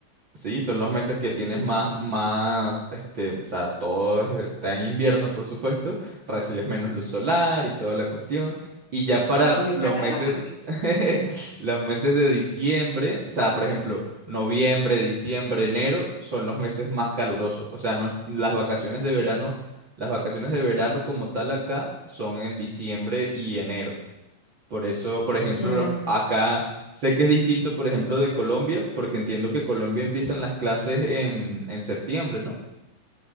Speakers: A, on the right; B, on the left.
A: Sí, son los meses que
B: Ok.
A: tienes más, más, este, o sea, todo es- está en invierno, por supuesto, recibes menos luz solar y toda la cuestión, y ya para
B: No, pues me encanta
A: los meses,
B: esa parte.
A: <laughs> los meses de diciembre, o sea, por ejemplo, noviembre, diciembre, enero, son los meses más calurosos, o sea, no es- las vacaciones
B: Ok,
A: de verano, las vacaciones de verano como tal acá son en diciembre y enero. Por eso, por ejemplo,
B: ya.
A: acá sé que es distinto, por ejemplo, de Colombia, porque entiendo que Colombia empiezan las clases en, en septiembre, ¿no?